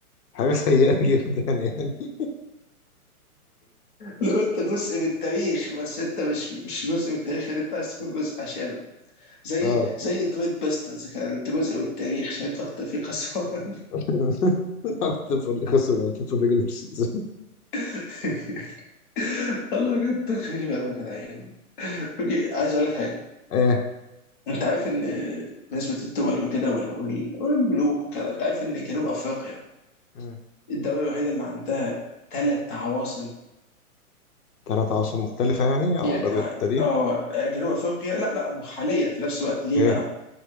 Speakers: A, on the left; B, on the left.
A: حاجة سيئة <laughs> جدا يعني
B: لو انت جزء من التاريخ بس انت مش مش جزء من التاريخ اللي انت عايز تكون جزء عشانه زي
A: اه
B: زي ديترويت بيستنز كده انت جزء من التاريخ عشان انت اكتر فريق خسران
A: <laughs> أكتر فريق خسر ماتشات في الريجولار سيزون
B: <laughs> والله بجد خير يا جدعان اوكي عايز اقول لك حاجه
A: ايه
B: انت عارف ان بالنسبه للدول وكده وال- وال- والملوك وكده انت عارف ان جنوب افريقيا
A: مم.
B: الدوله الوحيده اللي عندها ثلاث عواصم
A: تلات عواصم مختلفة يعني على
B: يعني
A: مدار
B: اه
A: التاريخ
B: آه، جنوب افريقيا لا لا حاليا في نفس الوقت ليه
A: اوكي
B: بقى؟